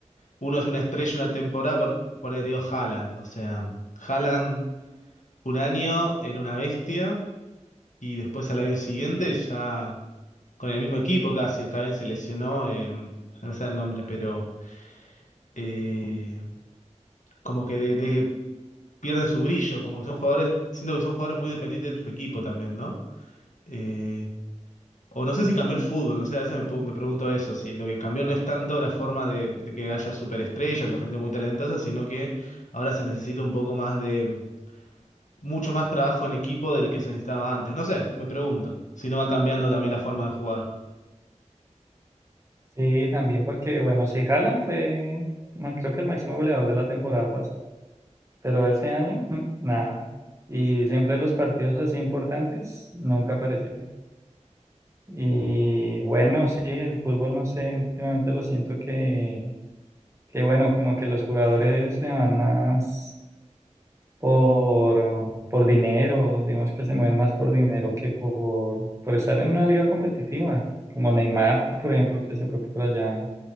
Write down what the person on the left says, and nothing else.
uno es una estrella una temporada, por, por ahí te digo Haaland. O sea, Haaland un año era una bestia Y después al año siguiente ya con el mismo equipo casi, está bien, se lesionó, em, no sé el nombre, pero eh, como que de- de que pierden su brillo, como que son jugadores, siento que son jugadores muy dependientes de su equipo también, ¿no? Eh, o no sé si cambió el fútbol, no sé, a veces me, pu- me pregunto eso, si lo que cambió no es tanto la forma de, de que haya superestrellas o gente muy talentosa, sino que ahora se necesita un poco más de, mucho más trabajo en equipo del que se necesitaba antes, no sé, me pregunto, si no va cambiando también la forma de jugar.